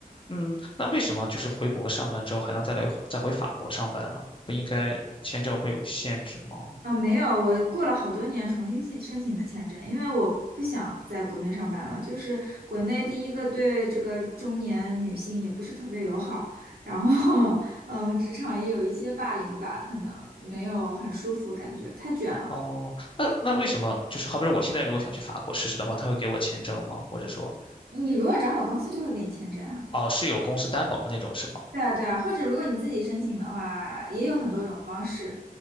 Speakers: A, on the left; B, on the right.
A: 嗯，那为什么就是回国上班之后还能再来再回法国上班呢？不应该签证会有限制吗？
B: 嗯，没有，我过了好多年重新申申请的签证，因为我不想在国内上班了。就是国内第一个对这个中年女性也不是特别友好，然后 <laughs> 嗯，职场也有一些霸凌吧，可能没有很舒服，感觉太卷了。
A: 哦，那那为什么就是好比说我现在如果想去法国试试的话，他会给我签证吗？或者说，
B: 你如果找好公司就会给你签证啊。
A: 哦，是有公司担保的那种是吗？
B: 对啊，对啊，或者如果你自己申请的话，也有很多种方式。